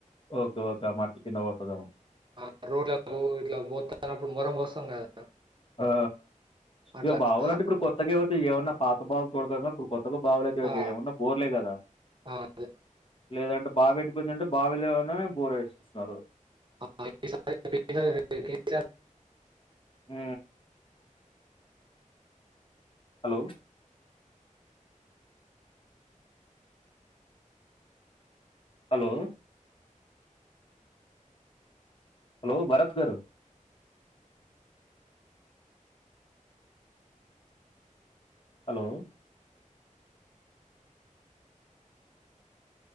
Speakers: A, on the left (about 40°); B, on the right (about 35°).
A: ఓకే ఓకే ఆ మాటికిింద పోతాడేమో
B: ఆ! రోడ్లకు ఇట్లా పోత్తన్నప్పుడు మొరం పోస్తాం గదా!
A: ఆ
B: అట్లా
A: ఇక బావాలంటే
B: హ-
A: ఇప్పుడు కొత్తగా ఏవైతే ఏమన్నా పాత బావులు చూడతా ఇప్పుడు ఎకు బాగులేదుయ
B: ఆ!
A: ఉన్న బోర్లే కదా
B: ఆ! అదే.
A: లేదంట బావి ఎడియిందడి బావి బావి లోనే బోర వేసేస్తున్నారు
B: ఆ! ఈసారి
A: హు హలో హలో హలో భరత్ గారు హలో